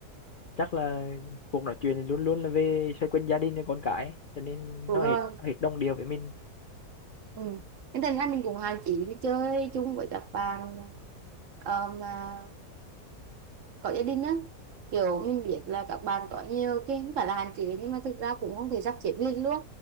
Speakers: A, on the left; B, on the right.
A: chắc là cuộc nói chuyện thì luôn luôn là về xoay quanh gia đình và con cái ấy. cho nên
B: đúng
A: nó
B: rồi
A: hết nó hết đồng điệu với mình
B: ừ. nên thành ra mình cũng hạn chế đi chơi chung với các bạn ờ, mà có gia đình á kiểu mình biết là các bạn có nhiều cái không phải là hạn chế nhưng mà thực ra cũng không thể sắp xếp liền luôn